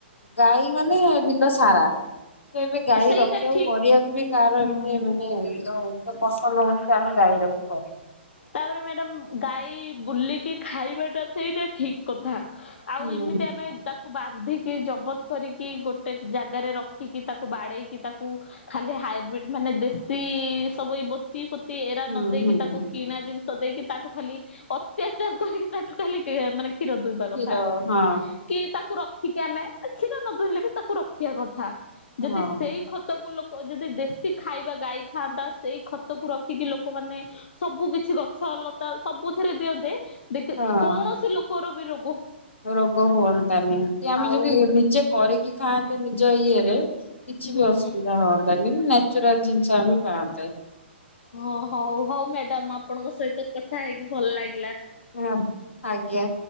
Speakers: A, on the left; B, on the left.
A: ଗାଈ ମାନେ ବିଲ ସାରା ତ ଏବେ ଗାଈ
B: ସେଇଟା
A: ରଖିବାକୁ
B: ଠିକ
A: କରିବାକୁ ବି କାହାର
B: ହୁଁ।
A: ମାନେ ପସନ୍ଦ ହଉନି କାରଣ ଗାଈ ରଖିବୁ ପରେ
B: ତାପରେ ମ୍ୟାଡାମ ଗାଈ ବୁଲିକି ଖାଇବାଟା ସେଇଟା ଠିକ କଥା। ଆଉ
A: ହୁଁ
B: ଏମିତି ଆମେ ତାକୁ ବାନ୍ଧିକି ଜବତ କରିକି ଗୋଟେ ଜାଗାରେ ରଖିକି ତାକୁ ବାଡେଇକି ତାକୁ ଖାଲି ହାଇବ୍ରିଡ ମାନେ ଦେଶୀ ସବୁ ଏଇ ବୋତି ପୋତି ଏରା
A: ହୁଁ
B: ନ ଦେଇେକି
A: ହୁଁ
B: ତାକୁ
A: ହୁଁ
B: ଜିନିଷ ଦେଇକି ତାଠୁ ଖାଲି ଅତ୍ୟାଚାର କରିକି ତାଠୁ ଖାଲି ମାନେ କ୍ଷୀର ଦୁଇବା
A: କ୍ଷୀର
B: କଥା
A: ହଁ
B: କି ତାକୁ ରଖି ରଖିକି ଆମେ କ୍ଷୀର ନ ଦୁହିଁଲେ ବି ବି ତାକୁ ରଖିବା କଥା।
A: ହଁ
B: ଯଦି ସେଇ ଖତକୁୁ ଲୋକ ଯଦି ଦେଶୀ ଖାଇବା ଗାଈ ଖାଆନ୍ତା ସେଇ ଖତକୁ ରଖି କି ଲୋକମାନେ। ସବୁ କିଛି କ ଗଛ ଲତା ସବୁଥିରେ ଦିଅନ୍ତେ ଦେଖ
A: ହଁ
B: କୌଣସି ଲୋକର ର
A: ରୋଗ ହୁଅନ୍ତାନି କି ଆମେ
B: ଆଉ
A: ଯଦି ନିଜେ କରିକି ଖାଆନ୍ତେ। ଯଇ ଇଏରେ କିଛି
B: ହୁଁ
A: ବି ଅସୁବିଧା ହଅନ୍ତାନି। ଚୁରାଲ ଜିନିଷ ଆମେ ପାଆନ୍ତେ।
B: ହଁ ହଉ ହଉ ମ୍ୟାଡାମ ଆପଣଙ୍କ ସହିତ କଥା ହେଇକି ଭଲ ଲାଗେ।
A: ହଁ ଆଜ୍ଞା।